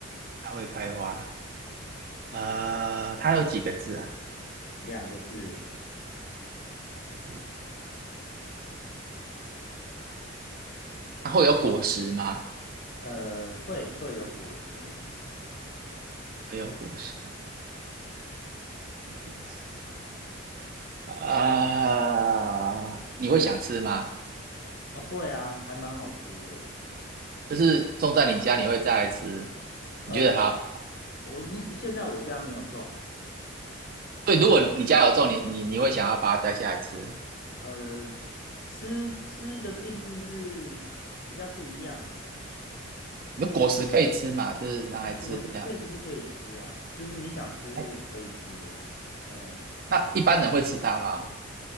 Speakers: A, on the right; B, on the left.
A: 它会开花，呃，它有几个字啊？
B: 两个字，
A: 它会有果实吗？
B: 呃，会会有果实，
A: 会有果实，会有果实。啊、你会想吃吗？
B: 呃，会啊，还蛮好吃的。
A: 就是种在你家，你会再来吃？你觉得好？
B: 呃，我目现在我家没有种，
A: 对，如果你家有种，你你你会想要把它摘下来吃。
B: 呃，吃吃的定义是比较不一样啦。
A: 你的果实可以吃嘛，就是拿来吃这样。
B: 呃，果实确实是可以吃啊，就是你想吃是可以吃的啦嗯。
A: 哎，那一般人会吃它吗？